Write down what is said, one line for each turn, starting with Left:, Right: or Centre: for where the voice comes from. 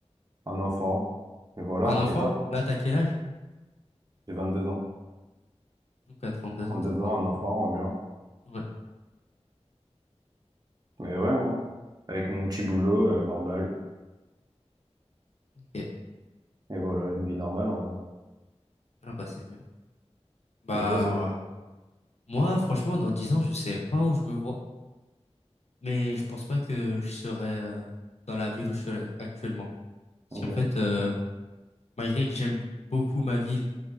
Right: un enfant. Et voilà,
Left: Un
Right: en
Left: enfant?
Right: pétard.
Left: Là, t'as quel âge?
Right: J'ai 22 ans.
Left: Donc, à 32
Right: trente
Left: ans, t'auras
Right: deux ans,
Left: un enfant.
Right: un enfant, ambiant.
Left: Ouais.
Right: Mais ouais, hein. Avec mon petit boulot, euh, normal.
Left: Ok.
Right: Et voilà, une vie normale en vrai.
Left: Ah, bah, c'est bien. Bah,
Right: Et toi, c'est quoi?
Left: ouais. Moi, franchement, dans 10 ans, je sais pas où je me vois, mais je pense pas que je serai euh, dans la ville où je suis actuellement. Parce
Right: Ok.
Left: qu'en fait, euh, malgré que j'aime beaucoup ma ville